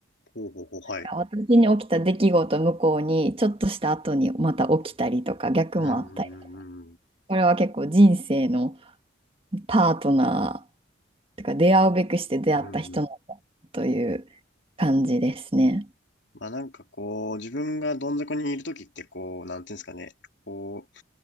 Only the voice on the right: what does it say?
なんか私に起きた出来事向こうにちょっとした後にまた起きたりとか逆もあったり
これは結構人生のパートナー、てか出会うべくして出会った人なんだという感じですね。